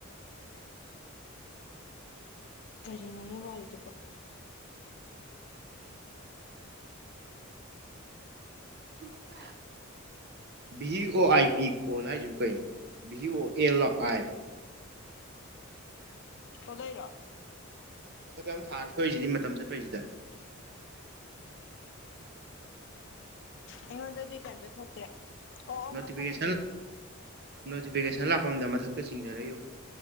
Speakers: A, on the left; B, on the right.
A: ꯀꯔꯤꯅ‌ꯣꯅꯦ ꯋꯥꯔꯤꯗꯨꯕꯣ
B: <unintelligible> ꯚꯤ ꯑꯦ ꯑꯣ ꯑꯥꯏ ꯄꯤ ꯀꯣꯜ ꯍꯥꯏꯁꯤꯕꯨ ꯀꯩꯅ‌ꯣ ꯚꯤ ꯑ‌ꯣ ꯑꯦꯜ ꯂ‌ꯣ ꯑꯥꯏ ꯔ‌ꯣ
A: ꯊ‌ꯣꯂꯩꯔ‌ꯣ
B: ꯃꯊꯛ ꯑꯃ ꯊꯥ ꯊꯣꯛꯏꯁꯤꯗꯤ ꯃꯇꯝ ꯆꯠꯄꯩꯁꯤꯗ
A: ꯑꯩꯉꯣꯟꯗꯗꯤ ꯀꯩꯝꯇ ꯊꯣꯛꯇꯦ ꯑꯣ ꯑꯣ
B: ꯅꯣꯇꯤꯐꯤꯀꯦꯁꯟ
A: ꯃꯊꯪꯒꯤꯁꯦ
B: ꯅꯣꯇꯤꯐꯤꯀꯦꯁꯟ ꯂꯥꯛꯄꯝꯗ ꯃꯊꯛꯇ ꯆꯤꯡꯗꯔ ꯌꯦꯡꯎ